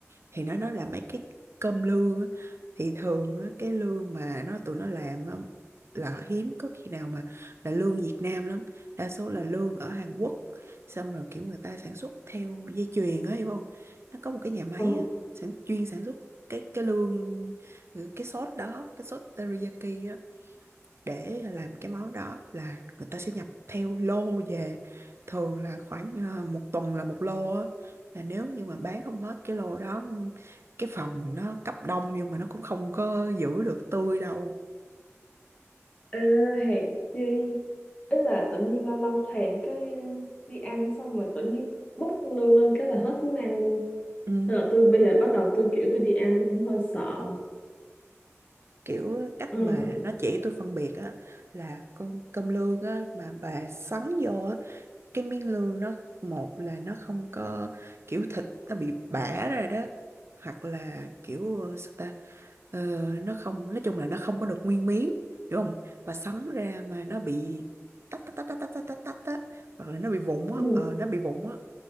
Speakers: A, on the right; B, on the left.
A: thì nó nói là mấy cái cơm lương á. thì thường á, cái lương mà nó tụi nó làm á, là hiếm có khi nào mà là lương Việt Nam lắm đa số là lương ở Hàn Quốc xong rồi kiểu người ta sản xuất theo dây chuyền á hiểu không nó có một cái nhà máy
B: ờ
A: á sản chuyên sản xuất cái cái lương cái sốt đó cái sốt teriyaki á để làm cái món đó là người ta sẽ nhập theo lô về thường là khoảng ờ, một tuần là một lô á là nếu như mà bán không hết cái lô đó cái phòng nó cấp đông nhưng mà nó cũng không có giữ được tươi đâu
B: Ờ, hèn chi ý là tự nhiên lâu lâu thèm cái ờ, đi ăn xong rồi tự nhiên bốc con lương lên cái là hết muốn ăn luôn
A: ừ.
B: nên là tôi bây giờ bắt đầu tôi kiểu tôi đi ăn tôi cũng hơi sợ
A: kiểu cách
B: ừ.
A: mà nó chỉ tôi phân biệt á là con cơm lương á mà bà sắn vô á cái miếng lương nó một là nó không có kiểu thịt nó bị bã ra đó hoặc là kiểu ờ, sao ta Ờ, nó không nói chung là nó không có được nguyên miếng hiểu không và sắn ra mà nó bị tách tách tách tách tách tách tách tách á hoặc là nó bị vụn
B: Ừ.
A: á ờ, nó bị vụn á